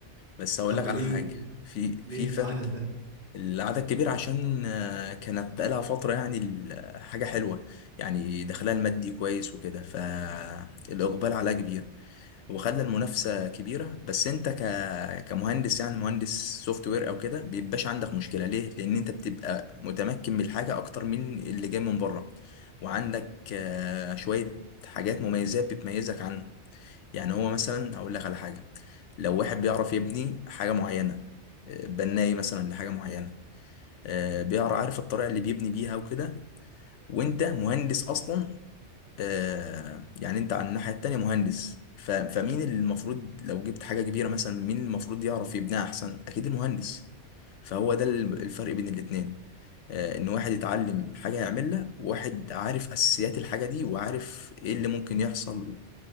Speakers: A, on the left; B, on the right.
A: بس هقول
B: طب
A: لك
B: ليه
A: على حاجة في
B: ليه
A: في فرق
B: العدد ده
A: العدد كبير عشان آه، كانت بقالها فترة يعني ال- حاجة حلوة يعني دخلها المادي كويس وكده فالإقبال عليها كبير وخلى المنافسة كبيرة بس أنت ك... كمهندس يعني مهندس سوفت وير أو كده بيبقاش عندك مشكلة ليه؟ لأن أنت بتبقى متمكن من الحاجة أكتر من اللي جاي من بره وعندك آه، شوية حاجات مميزات بتميزك عنه يعني هو مثلا هقول لك على حاجة لو واحد بيعرف يبني حاجة معينة آه، بناي مثلا لحاجه معينه آه، بيقرا عارف الطريقه اللي بيبني بيها وكده وانت مهندس اصلا آه، يعني انت على الناحيه التانيه مهندس ف- فمين اللي المفروض لو جبت حاجه كبيره مثلا مين المفروض يعرف يبنيها احسن اكيد المهندس فهو ده ال- الفرق بين الاتنين آه، ان واحد يتعلم حاجه يعملها وواحد عارف اساسيات الحاجه دي وعارف ايه اللي ممكن يحصل